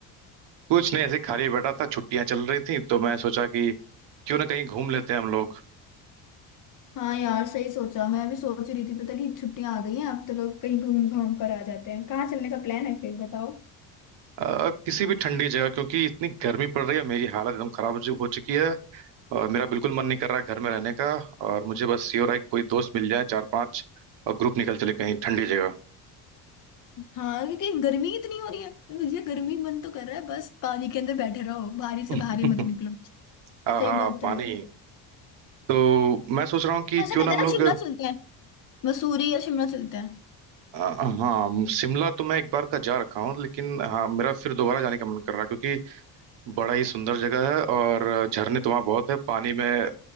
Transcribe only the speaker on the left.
हाँ यार सही सोचा मैं भी सोच रही थी पता कि छुट्टियां आ गई हैं अब तो लोग कहीं घूम घाम कर आ जाते हैं कहाँ चलने का प्लान है फिर बताओ
हाँ क्योंकि गर्मी इतनी हो रही है भैया गर्मी मन तो कर रहा है बस पानी के अंदर बैठे रहो बाहर ही से बाहर
ही मत निकलो
सही बात
है
ऐसा
कहते
हैं
ना शिमला चलते हैं मसूरी या शिमला चलते हैं